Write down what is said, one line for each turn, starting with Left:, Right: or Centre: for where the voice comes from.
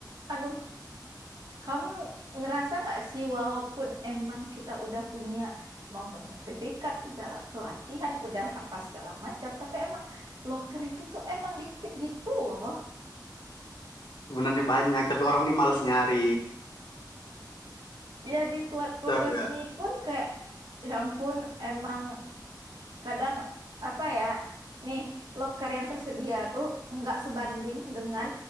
Right: aduh Kamu ngerasa nggak sih walaupun emang kita udah punya maupun sertifikat, udah lah pelatihan, udah apa segala macam, tapi emang loker itu tuh emang dikit gitu loh.
Left: sebenarnya banyak tapi orang ini malas nyari
Right: Ya di platform
Left: Tahu
Right: resmi pun kayak ya ampun emang kadang apa ya, nih loker yang tersedia tuh nggak sebanding dengan